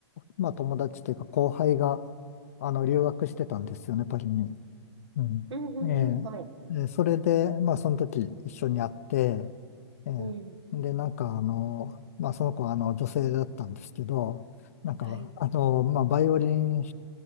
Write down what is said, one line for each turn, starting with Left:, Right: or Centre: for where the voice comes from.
Left: まあ、友達というか後輩が、あの、留学してたんですよね、パリに。うん。
Right: うんうんうん。
Left: ええでそれで、
Right: はい。
Left: まあ、その時一緒に会って、え
Right: うん。
Left: えで、なんか、あの、まあ、その子は、あの、女性だったんですけど、なんか、
Right: はい。
Left: あの、まあ、バイオリン、